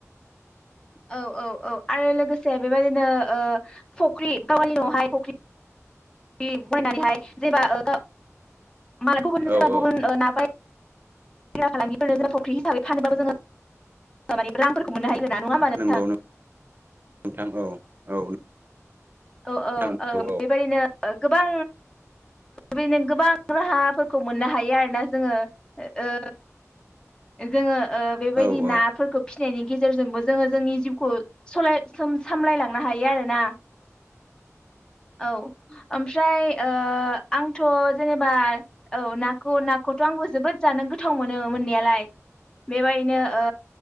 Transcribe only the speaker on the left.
<inaudible> औ औ औ आरो लोगोसे बेबादिनो ओ फख्रि गावानि न'आवहाय फख्रि <unintelligible>
<unintelligible> मोननो हायगोना नङा होमा
नोंथां
औ औ
औ बेबायदिनो गोबां बेनो गोबां राहाफोरखौ मोननो हायो आरोना जोङो ओ जोङो ओ बेबायदि
नाफोरखौ फि फिनायनि गेजेरजोंबो जोङो जोंनि जिउखौ सलाय सामलायलांनो हायो आरोना औ ओमफ्राय ओ आं थ' जेनेबा औ नाखौ नाखौथ' आंबो जोबोद जानो गोथाव मोनो मोननायालाय बेबायदिनो ओ